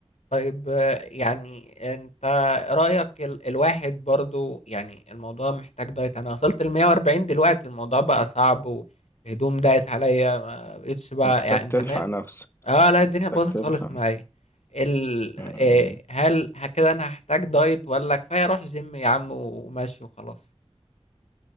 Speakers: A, on the left; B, on the left.
A: طيب آه، يعني انت رأيك ال الواحد برضو يعني الموضوع محتاج دايت انا وصلت ل 140 دلوقتي الموضوع بقى صعب والهدوم ضاقت عليا ما بقتش بقى
B: محتاج
A: يعني
B: تلحق
A: انت فاهم
B: نفسك
A: اه لا الدنيا باظت
B: محتاج تلحق
A: خالص معايا ال
B: مم.
A: آه، هل ه- كده انا هحتاج دايت ولا كفاية اروح جيم يا عم وماشي وخلاص